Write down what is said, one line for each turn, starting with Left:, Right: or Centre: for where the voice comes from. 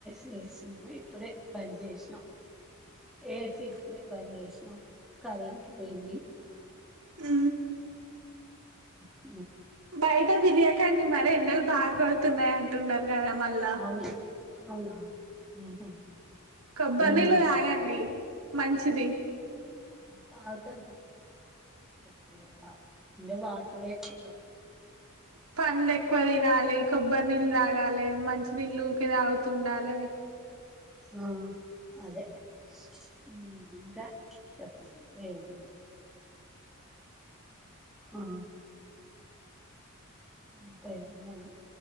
Centre: చేేస ను ఇప్పుడే పని చేేసిన ఏస ఇప్పుడే బంద్ చేసినాం కరెంట్ పోయింది
Right: ఆ
Centre: ఉ
Right: బయిట జది ండి మరి ఎన్నలు బాగా పడుతున్నాయి అంటున్నారు గ మల్ల
Centre: అవునా అవునా ఉహు
Right: కొబ్బరినీళ
Centre: ఉమ్
Right: తాగండి మంచిది
Centre: తాగుతావా తాగవా అ మా ఇ వా <unintelligible> క్రియేటివ్‌గా
Right: పండులు ఎక్కువ తినాలి కొ కొబ్బరి నీళ్ళు తాగాలి మంచి నీళ్ళుఊకే తాగుతుండాలి
Centre: ఉ అదే ఉ ఇంకా చెప్ప ఏడి ఉ అ ఇంకా ఏముంది అండి